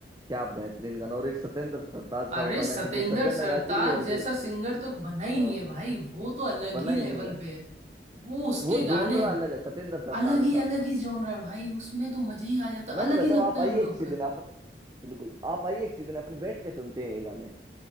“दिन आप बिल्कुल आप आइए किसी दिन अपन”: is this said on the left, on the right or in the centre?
Right